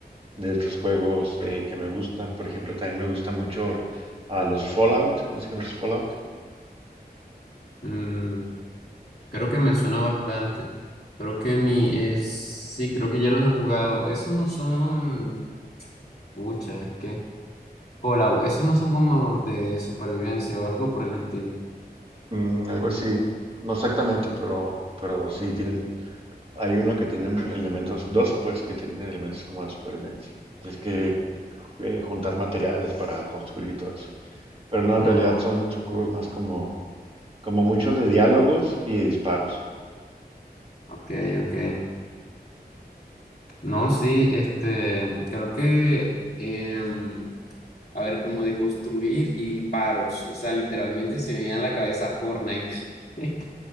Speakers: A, on the right; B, on the left.
A: de estos juegos eh, que me gustan. Por ejemplo, también me gusta mucho a los Fallout. No sé si conoces Fallout.
B: mm, creo que me suena bastante. Creo que mi es sí, creo que ya los he jugado. Esos no son Pucha, es que Fallout, esos no son como de supervivencia o algo por el estilo.
A: Mm, algo así. No exactamente, pero, pero sí tienen. Hay uno que tiene elementos, dos pues, que tienen elementos como de supervivencia. Tienes que eh, juntar materiales para construir y todo eso. Pero no, en
B: Ah,
A: realidad son, son juegos más como, como muchos de diálogos y de disparos.
B: ok, ok. No, sí, este, creo que, em, a ver, como de construir y disparos, o sea, literalmente se me viene a la cabeza Fortnite. <laughs>